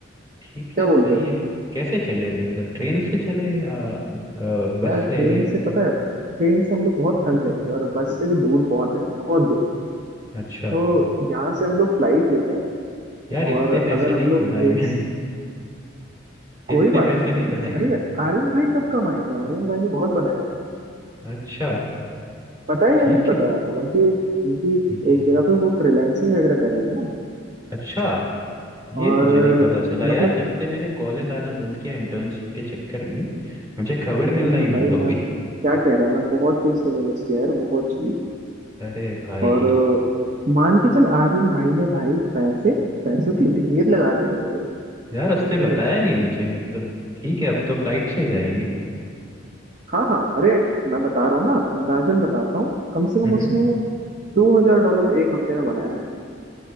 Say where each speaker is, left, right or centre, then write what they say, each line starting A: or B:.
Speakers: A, on the right; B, on the right.
A: ठीक
B: क्या
A: है
B: बोलते
A: सही
B: हो
A: है कैसे चले मतलब ट्रेन से चले या अ, बस
B: यार ट्रेन
A: ले ले
B: से पता है ट्रेन से हम लोग बहुत थक जाएंगे और बस से भी दूर बहुत है बहुत दूर है
A: अच्छा
B: तो यहाँ से हम लोग फ्लाइट लेते हैं
A: यार इतने
B: और
A: पैसे
B: अगर
A: नहीं
B: हम लोग
A: बनाए मैंने
B: एक कोई
A: इतने
B: बात
A: पैसे
B: नहीं
A: नहीं बनाए
B: अरे
A: मैंने
B: आर्यन भाई कब कब आएंगे आर्यन भाई ने बहुत बनाया
A: अच्छा
B: पता है
A: ठीक
B: या नहीं पता
A: है
B: उनकी एक उनकी
A: ये
B: एक जगह पे वो फ्रीलैंसिंग वगैरह कर रहे थे ना
A: अच्छा ये
B: और
A: मुझे नहीं पता चला
B: मतलब
A: यार जब से मैंने कॉलेज आना बंद किया इंटर्नशिप के चक्कर में मुझे खबर
B: वही
A: मिलना ही
B: तो भाई
A: बंद हो
B: मैं
A: गई
B: क्या कह रहा हूँ, मैं बहुत चीज तो मिस किया यार बहुत चीज
A: अरे भाई
B: और अ, मान के चल आर्यन भाई ने भाई पैसे पैसों की ढेर लगा दी मेरे भाई
A: यार रास्ते बताया
B: ढेर
A: नहीं मुझे मतलब ठीक है अब तो फ्लाइट से ही जाएंगे
B: हाँ हाँ अरे मैं बता रहा हूँ ना अंदाजन बताता हूँ कम से कम
A: हम्म
B: उसने दो हजार डॉलर एक हफ्ते में बनाया है